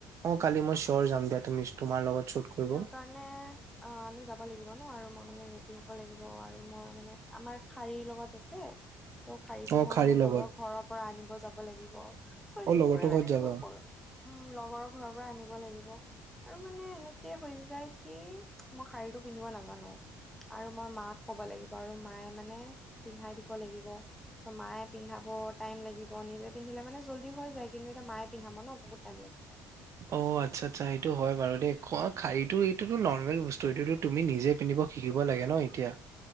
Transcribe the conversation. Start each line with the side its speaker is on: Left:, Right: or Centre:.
Right: অ' কালি মই চিঅৰ যাম দিয়া তুমি তোমাৰ লগত। শ্বুট কৰিব
Centre: কিহৰ কাৰণে? অ' আমি যাব লাগিব ন' আৰু মই মানে ৰেডি হ'ব লাগিব আৰু মই মানে আমাৰ শাৰীৰ লগত আছে। ত' শাৰীটো
Right: অ
Centre: মই
Right: খাৰী
Centre: মোৰ লগৰ
Right: লগত
Centre: ঘৰৰ পৰা আনিব যাব লাগিব। চ' সেইবোৰে
Right: অ লগৰটো
Centre: মানে
Right: ঘৰত যাবা
Centre: সেইবোৰ কৰ উ, লগৰৰ ঘৰৰ পৰা আনিব লাগিব আৰু মানে এনে কি হৈ যায় কি, মই শাৰীটো পিন্ধিব নাজানো। আৰু মই মাক ক'ব লাগিব আৰু মায়ে মানে পিন্ধাই দিব লাগিব। চ' মায়ে পিন্ধাব, টাইম লাগিব, নিজে পিন্ধিলে মানে জল্দি হৈ যায় কিন্তু এতিয়া মায়ে পিন্ধাব ন' বহুত টাইম লাগিব।
Right: অ' আচ্ছা আচ্ছা সেইটো হয় বাৰু দে, সুৱা শাৰীটো এইটোতো নৰ্মেল বস্তু, এইটোটো তুমি নিজে পিন্ধিব শিকিব লাগে ন' এতিয়া।